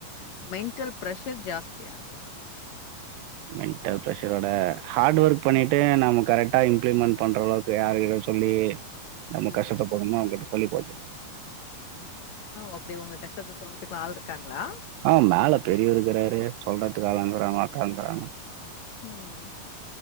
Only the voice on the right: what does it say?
மென்ட்டல் பிரஷரோட ஹார்டு ஒர்க் பண்ணிட்டு
நம்ம கரெக்ட் டா இம்ப்ளிமெண்ட் பண்ற அளவுக்கு யாருகிட்ட சொல்லி நம்ம
கஷ்டத்த போக்கணுமோ அவுங்ககிட்ட சொல்லி போக்கி
ஆ மேல பெரியவர் இருக்கிறாரு சொல்றதுக்கு ஆள் இருக்குறாங்கோ அக்கா இருக்குறாங்க